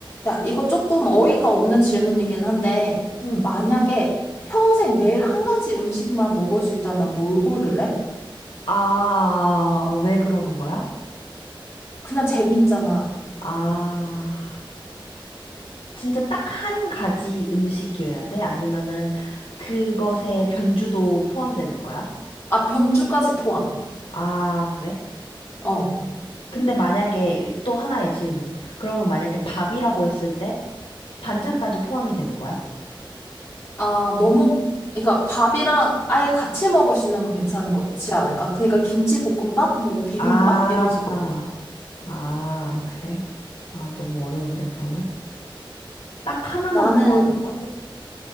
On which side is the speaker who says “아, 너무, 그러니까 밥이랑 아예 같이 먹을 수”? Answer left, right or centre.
Left